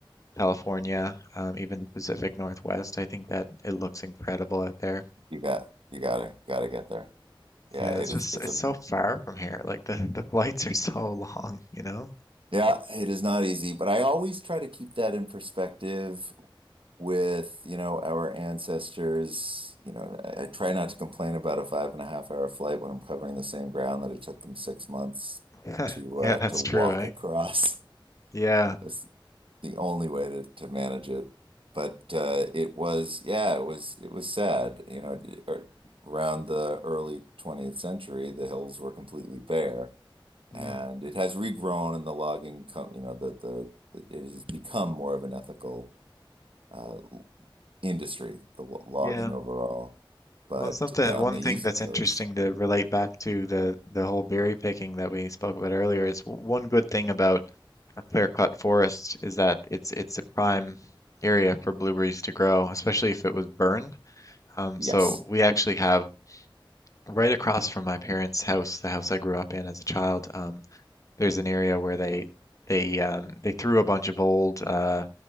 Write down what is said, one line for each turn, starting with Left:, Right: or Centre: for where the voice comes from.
Left: California, um, even the Pacific Northwest. I think that it looks incredible out there.
Right: you got you gotta gotta get there. Yeah,
Left: Yeah,
Right: it
Left: it's just
Right: is. It's
Left: it's
Right: a
Left: so far from here. Like the the flights are so long, you know?
Right: yeah, it is not easy, but I always try to keep that in perspective with you know our ancestors. You know, I, I try not to complain about a five and a half hour flight when I'm covering the same ground that it took them six months
Left: <laughs>
Right: to uh,
Left: Yeah, that's
Right: to walk
Left: true, eh?
Right: across.
Left: Yeah.
Right: <laughs> That's the only way to, to manage it. But uh, it was, yeah, it was, it was sad. You know, ar- around the early 20th century, the hills were completely bare, and
Left: Mm.
Right: it has regrown, and the logging com you know, the, the the- it has become more of an ethical uh, industry, the lo- logging
Left: Yeah.
Right: overall. But
Left: Well, something
Right: on
Left: one
Right: the
Left: thing
Right: East
Left: that's interesting
Right: Coast,
Left: to relate back to the the whole berry picking that we spoke about earlier is w- one good thing about a clear-cut forest is that it's it's a prime area for blueberries to grow, especially if it was burned. Um,
Right: yes,
Left: so we actually have right across from my parents' house, the house I grew up in as a child. Um, there's an area where they they um, they threw a bunch of old uh,